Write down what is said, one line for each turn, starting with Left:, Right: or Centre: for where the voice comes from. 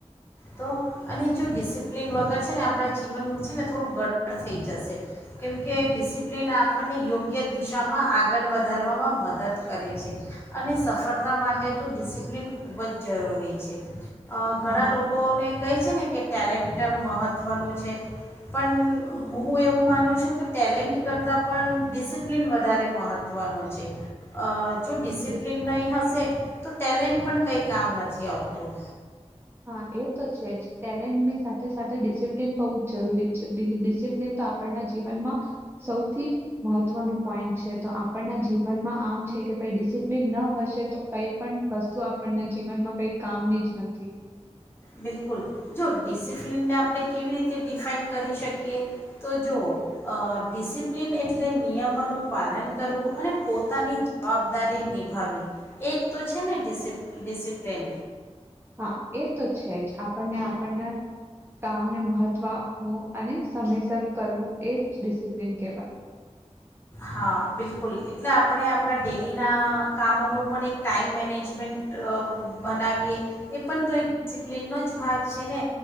Left: તો, અને જો ડિસિપ્લિન વગર છે ને આપણાં જીવનમાં છે ને થોડું ગડ થઈ જશે, કેમકે ડિસિપ્લિન આપણને યોગ્ય દિશામાં આગળ વધારવામાં મદદ કરે છે, અને સફળતા માટે તો ડિસિપ્લિન ખૂબ જ જરૂરી છે. અ ઘણા
Right: હા હા,
Left: લોકો લોકોને કહે છે ને કે ટેલેન્ટ મહત્ત્વનું છે, પણ હું એવું માનું છું કે ટેલેન્ટ કરતાં પણ ડિસિપ્લિન વધારે મહત્ત્વનું છે. અ જો ડિસિપ્લન
Right: ડિસ
Left: નહીં હશે તો ટેલેન્ટ પણ કંઈ કામ નથી આવતું.
Right: હા એ તો છે ટેલેન્ટ ની સાથે સાથે ડિસિપ્લિન બહુ જ જરૂરી છે ડિસિપ્લિન તો આપણના જીવનમાં, સૌથી મહત્વનું પોઈન્ટ છે તો આપણના જીવનમાં આમ છે કે ભાઈ ડિસિપ્લિન ન હશે તો કઈ પણ વસ્તુ આપણના જીવનમાં કઈ કામની જ નથી.
Left: બિલકુલ, જો ડિસિપ્લિનને આપણે કેવી રીતે ડિફાઈન કરી શકીએ, તો જોઓ ડિસિપ્લિન એટલે નિયમોનું પાલન કરવું અને પોતાની જવાબદારી નિભાવવી, એક તો છે ને ડિસ ડિસિપ્લિન.
Right: હા એ તો છે જ આપણને આપણને, કામને મહત્વ આપવું અને સમયસર કરવું એ જ ડિસિપ્લિન કહેવાય.
Left: હા બિલકુલ એટલે આપણે આપણા ડેલીના કામોનું પણ એક ટાઈમ મેનેજમેન્ટ બનાવીએ, એ પણ તો એક ડિસિપ્લિનનો જ ભાગ છે ને.